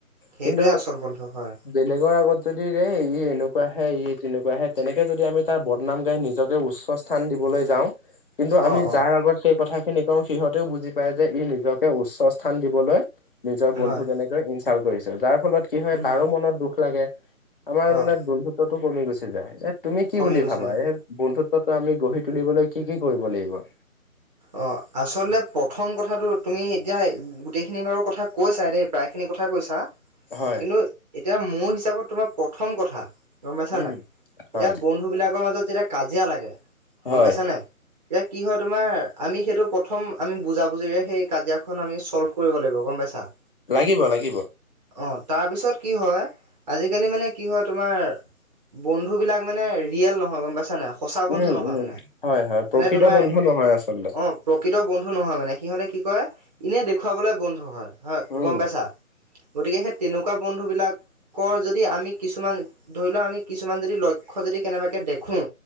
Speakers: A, on the right; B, on the left.
A: সেইটোৱে
B: কিন্তু
A: আচল বন্ধু হয়
B: বেলেগৰ আগত যদি ৰে ই এনেকুৱা আহে ই তেনেকুৱা আহে তেনেকে যদি আমি তাৰ বদনাম গাই নিজকে উচ্চ স্থান দিব। কিন্তু
A: অঁ
B: আমি
A: অঁ
B: যাৰ আগত কথা খিনি ক। সিহঁতেও বুজি পায় যে ই নিজকে উচ্চ স্থান দিবলৈ নিজৰ বন্ধু
A: হয়
B: কেনেকৈ। ভাল কৰিছে যাৰ ফলত কি হয়
A: উম
B: তাৰো মনত দুখ লাগে। আমাৰ
A: অঁ
B: মানে বন্ধুত্বটো কমি গুচি যায় এ তুমি কি
A: কমি
B: বুলি
A: গুচি
B: ভাবা
A: যাব
B: এই বন্ধুত্ব । আমি গঢ়ি তুলিবলৈ কি কি কৰিব লাগিব।
A: অ আচলতে প্ৰথম কথাটো তুমি এতিয়া গোটেইখিনি বাৰৰ কথা কৈছা দেই প্ৰায়। সেইখিনি কথা কৈছা
B: হয়
A: কিন্তু এতিয়া মোৰ হিচাপত তোমাৰ প্ৰথম কথা । গম পাইছা
B: উম
A: নাই এতিয়া
B: হয়
A: বন্ধুবিলাকৰ মাজত যেতিয়া কাজিয়া লাগে গম
B: হয়
A: পাইছানে এতিয়া । কি হয় তোমাৰ আমি সেইটো প্ৰথম আমি বুজাবুজিৰে সেই কাজিয়াখন আমি চল্ভ কৰিব লাগিব গম পাইছা ।
B: লাগিব লাগিব
A: অ তাৰপিছত কি হয় আজিকালি মানে কি হয় তোমাৰ। বন্ধু বিলাক মানে ৰিয়েল নহয় গম পাইছা না। সঁচা বন্ধু
B: উম
A: নহয়
B: উম
A: মানে
B: হয় হয় প্ৰকৃত
A: এনে তোমাৰ
B: বন্ধু নহয় আচলতে
A: অ প্ৰকৃত বন্ধু নহয় মানে সিহঁতে কি কৰে এনে দেখুৱাবলৈ বন্ধু হয়। হয়
B: উম
A: গম পাইছা গতিকে সেই তেনেকুৱা বন্ধুবিলাক। কৰ যদি আমি কিছুমান ধৰি লওক আমি কিছুমান যদি লক্ষ্য যদি কেনেবাকৈ দেখোঁ।